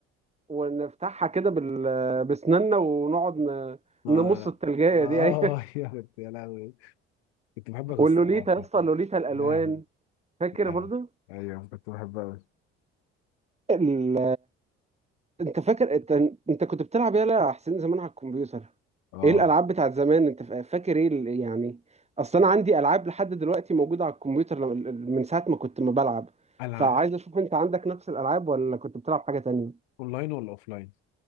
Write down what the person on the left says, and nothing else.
اه
اه
<laughs> يا كنت يا لهوي كنت بحب اكسرها
فاهم
يا لهوي
يا
لهوي ايوه كنت بحبها قوي
اه
انا
اونلاين ولا اوفلاين